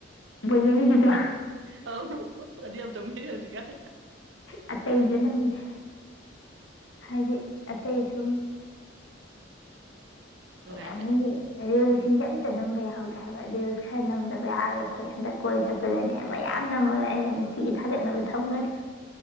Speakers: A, on the left (about 75°); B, on the right (about 65°).
A: ꯖꯕꯤ ꯆꯗ
B: ꯑ ꯑ ꯑꯃ ꯆꯔ ꯆꯀ
A: ꯑꯇꯩꯁꯨ ꯅꯝꯁꯦ ꯍꯥꯏꯗꯤ ꯑꯇꯩ ꯁꯨꯝ
B: ꯅꯨꯡꯉꯥꯏꯕꯅꯦ
A: ꯌꯥꯝꯅꯤ ꯑꯦ ꯁꯤ ꯑꯝꯇ ꯅꯝꯕ ꯌꯥꯎꯗꯦ ꯍꯥꯏꯕ ꯔꯤꯜꯁ ꯈꯔ ꯅꯝꯗꯕ ꯌꯥꯔꯔꯣꯏ ꯑꯩꯈꯣꯏ ꯍꯟꯗꯛ ꯀꯣꯏ ꯆꯠꯄꯗꯅꯦ ꯃꯌꯥꯝ ꯅꯝꯃꯒ ꯑꯩꯅ ꯅꯨꯡꯇꯤꯒꯤ ꯊꯥꯒꯠꯅꯕ ꯊꯧꯅꯔꯤ